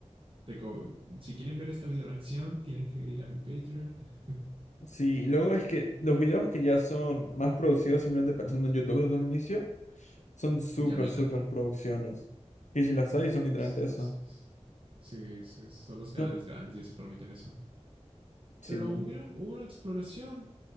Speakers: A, on the right (about 50°); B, on the left (about 80°).
A: Te co- si quieren ver esta video reacción, tienen que ir a mi Patreon. <laughs>
B: Sí, y luego es que los videos que ya son más producidos simplemente pensando en YouTube desde un inicio son super
A: ya no hay
B: super
A: tanto.
B: producciones. Y si las hay son literalmente
A: Sí,
B: eso.
A: sí, sí, son los canales
B: No,
A: grandes, ya se permiten eso.
B: sí,
A: Pero mira, hubo una exploración.